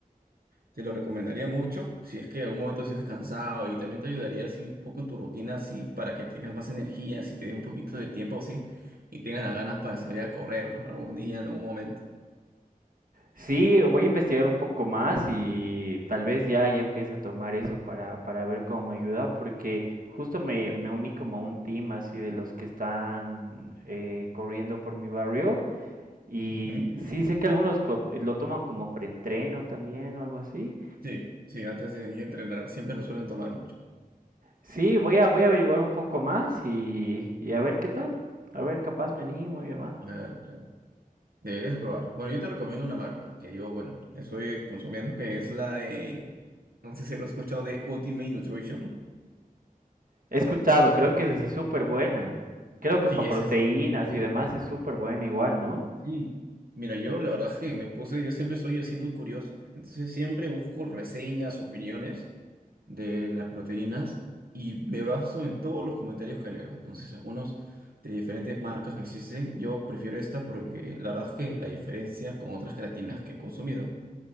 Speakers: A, on the right; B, on the right.
A: Te lo recomendaría mucho si es que en un momento te sientes cansado y también te ayudaría así un poco en tu rutina, así para que tengas más energía, si te dé un poquito de tiempo así y tengas las ganas para salir a correr, ¿no? Algún día, en algún momento.
B: Sí, voy a investigar un poco más y tal vez ya, ya empiece a tomar eso para, para ver cómo me ayuda, porque justo me, me uní como a un team así de los que están eh, corriendo por mi barrio Y
A: Ujú.
B: sí, sé que algunos co- eh, lo toman como preentreno también o algo así.
A: Sí, sí, antes de ir a entrenar, siempre lo suelen tomar muchos.
B: Sí, voy a, voy a averiguar un poco más y, y a ver qué tal. A ver, capaz me animo y demás.
A: Claro, claro. Deberías de probarlo. Bueno, yo te recomiendo una marca que yo, bueno, estoy consumiendo, que es la de, no sé si habrás escuchado de Ultimate Nutrition.
B: He escuchado, creo que es así súper buena. Creo que
A: Sí,
B: para
A: esa
B: proteínas
A: es muy buena.
B: y demás es súper buena igual, ¿no?
A: Sí, mira, yo la verdad es que me puse, yo siempre soy así muy curioso, entonces siempre busco reseñas, opiniones de las proteínas y me baso en todos los comentarios que leo, entonces algunos de diferentes marcas que existen, yo prefiero esta porque la verdad es que la diferencia con otras creatinas que he consumido